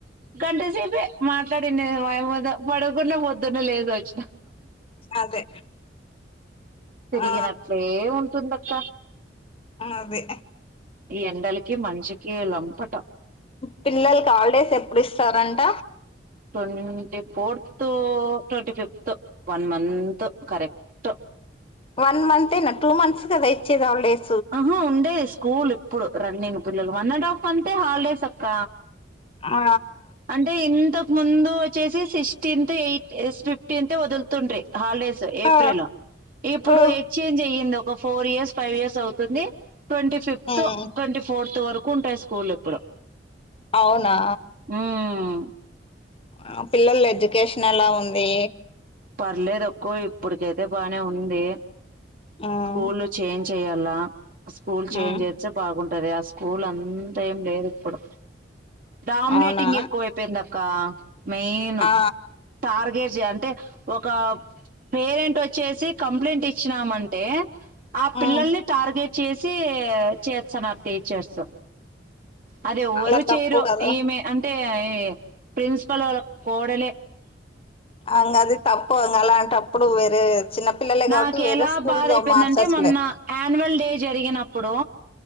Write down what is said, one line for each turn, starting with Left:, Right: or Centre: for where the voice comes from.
Right: గంట సేపే మా మాట్లాడిన ఆమెతో పడకున్నా పొద్దున్నే లేసొచ్చిన
Left: అదే
Right: తిరిగినట్లే
Left: ఆ
Right: ఉంటుందక్క
Left: అదే
Right: ఈ ఎండలకి మన్షికి లంపటం
Left: పిల్లలకి హాల్డేస్ ఎప్పుడు ఇస్తారంట.
Right: Twenty fourth twenty fifth one month correct
Left: one మంతేనా టూ మంత్స్ కదా ఇచ్చేది ఆల్ డేస్
Right: ఆహా ఉండే స్కూల్ ఇప్పుడు రన్నింగ్ పిల్లలు వన్ అండ్ హాఫ్ అంటే హాలిడేస్ అక్క
Left: ఆ
Right: అంటే ఇంతకు ముందు వచ్చేసి సిక్స్టీన్త్ ఎయిట్ ఫిఫ్టీన్ వదులుతుండ్రి హాలిడేస్ ఏప్రిల్
Left: ఆ
Right: ఇప్పుడు
Left: ఓ
Right: ఎక్స్చేంజ్ అయ్యింది ఒక ఫోర్ ఇర్ ఫైవ్యర్స్ అవు తుంది ట్వంటీ ఫిఫ్త్
Left: ఉమ్
Right: ట్వంటీ ఫోర్త్ వరక్ ఎక్కువుంటయి స్కూల్ ఇప్పుడు
Left: అవునా
Right: ఉమ్
Left: ఆ పిల్లలు ఎడ్యుకేషన్ ఎలా ఉంది
Right: పర్లేదు ఎక్కువ ఇప్పుడు కైతే బానే ఉంది
Left: ఉమ్
Right: స్కూలు చేంజ్ చేయలా స్కూల్ చేంజ్
Left: ఉమ్
Right: చేస్తే బాగుం గుంటది ఆ స్కూల్ అంతా ఏం లేదు ఇప్పుడు డామినేటింగ్
Left: అవునా
Right: ఎక్కువ అయిపోయింది అక్ కా మెయిన్
Left: ఆ
Right: టార్గెట్ చే టె ఒక పేరెంట్ వచ్చేసి కంప్లైంట్ ఇచ్చినామంటే ఆ పిల్లల్ని
Left: ఉమ్
Right: టార్గెట్ చేసి చేస్తన్నారు టీచర్స్ అదెవ్వరు
Left: అలా
Right: చేయరు
Left: తప్పు కదా
Right: ఈమె అంటే ఈ ప్రిన్సిపలు కోడలే
Left: అంగ అది తప్పు ఇంగ అలాంటప్పుడు వేరే చిన్న పిల్లలే
Right: నాకు
Left: కాబట్టి వేరే
Right: ఎలా
Left: స్కూల్
Right: బాధ
Left: లో
Right: అయిపోయిందంటే
Left: మార్చచ్చులే
Right: మొన్న యాన్యువల్ డే జరిగినప్పుడు